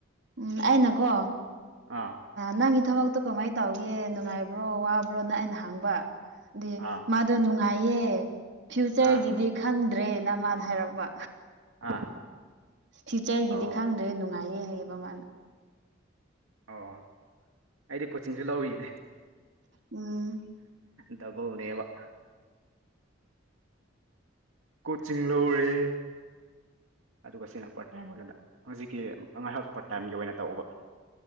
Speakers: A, on the right; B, on the right.
A: ꯎꯝ ꯑꯩꯅꯀꯣ
B: ꯑꯥ
A: ꯅꯪꯒꯤ ꯊꯕꯛꯇꯣ ꯀꯃꯥꯏꯅ ꯇꯧꯒꯦ ꯅꯨꯡꯉꯥꯏꯕ꯭ꯔꯣ ꯋꯥꯕ꯭ꯔꯣꯅ ꯑꯩꯅ ꯍꯥꯡꯕ ꯑꯗꯨ
B: ꯑꯥ
A: ꯃꯥꯗꯣ ꯅꯨꯡꯉꯥꯏꯌꯦ ꯐ꯭ꯌꯨꯆꯔꯒꯤꯗꯤ
B: ꯑꯥ
A: ꯈꯪꯗ꯭ꯔꯦꯅ ꯃꯥꯅ ꯍꯥꯏꯔꯛꯄ
B: ꯑꯥ
A: ꯐ꯭ꯌꯨꯆꯔꯒꯤꯗꯤ
B: ꯑꯣ
A: ꯈꯪꯗ꯭ꯔꯦ ꯅꯨꯡꯉꯥꯏꯌꯦ ꯍꯩꯌꯦꯕ ꯃꯥꯅ
B: ꯑꯣ ꯑꯩꯗꯤ ꯀꯣꯆꯤꯡꯁꯨ ꯂꯧꯏꯔꯤꯅꯦ
A: ꯎꯝ
B: ꯗꯕꯧꯅꯦꯕ ꯀꯣꯆꯤꯡ ꯂꯧꯔꯦ ꯑꯗꯨꯒ ꯁꯤꯅ ꯄꯥꯔꯠ ꯇꯥꯏꯝ ꯑꯣꯏꯔꯒ ꯍꯧꯖꯤꯛꯀꯤ ꯉꯥꯏꯍꯥꯛ ꯄꯇꯥꯏꯝꯒꯤ ꯑꯣꯏꯅ ꯇꯧꯕ